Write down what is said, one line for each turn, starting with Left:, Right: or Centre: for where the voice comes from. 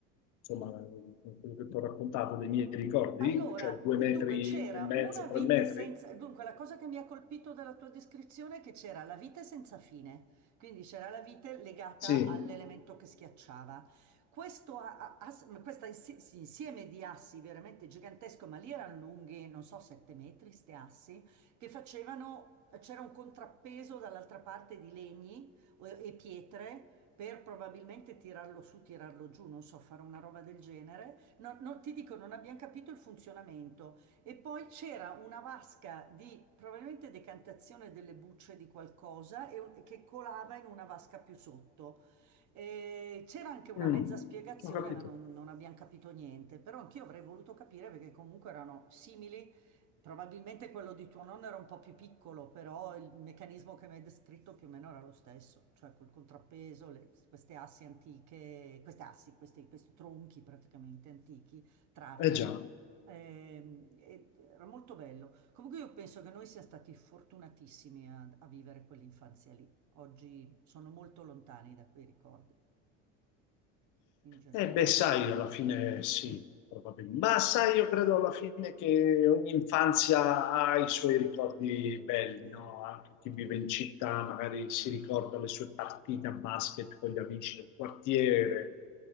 Left: insomma, quello che ti ho raccontato dei miei ricordi,
Right: Allora,
Left: cioè due metri
Right: dunque c'era
Left: e mezzo,
Right: una
Left: tre
Right: vite
Left: metri?
Right: senza... Dunque, la cosa che mi ha colpito della tua descrizione è che c'era la vite senza fine, quindi c'era la vite legata
Left: Sì,
Right: all'elemento che schiacciava. Questo a- a- as- questa insi- sì, insieme di assi veramente gigantesco, ma lì erano lunghi, non so, sette metri, ste assi, che facevano... C'era un contrappeso dall'altra parte di legni eh, e pietre per probabilmente tirarlo su, tirarlo giù, non so, fare una roba del genere non, non- ti dico, non abbiamo capito il funzionamento. E poi c'era una vasca di probabilmente decantazione delle bucce di qualcosa e un- che colava in una vasca più sotto. E c'era anche una
Left: Mm,
Right: mezza spiegazione,
Left: ho capito.
Right: ma non, non abbiamo capito niente. Però anch'io avrei voluto capire perché comunque erano simili Probabilmente quello di tuo nonno era un po' più piccolo, però il meccanismo che mi hai descritto più o meno era lo stesso, cioè col contrappeso, le- queste assi antiche, queste assi, questi, questi tronchi praticamente antichi, travi.
Left: Eh già.
Right: Ehm, e- era molto bello. Comunque io penso che noi siamo stati fortunatissimi a, a vivere quell'infanzia lì. Oggi sono molto lontani da quei ricordi, in generale.
Left: Eh beh, sai, alla fine sì, probabilmente. Ma sai, io credo alla fine che ogni infanzia ha i suoi ricordi belli,
Right: Vero?
Left: no? Anche chi
Right: Sì,
Left: vive in città magari si ricorda le sue partite a basket con gli amici del quartiere,